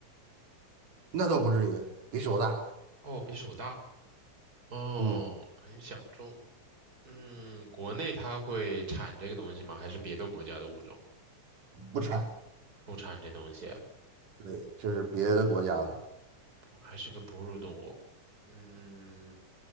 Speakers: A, on the right (about 80°); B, on the right (about 25°).
A: 那倒不至于，比手大，
B: 哦，比手大。哦，
A: 嗯，
B: 很小众。嗯，国内它会产这个东西吗？还是别的国家的物种
A: 不产，
B: 不产这东西？
A: 对，这是别的国家的，
B: 哦，还是个哺乳动物。嗯，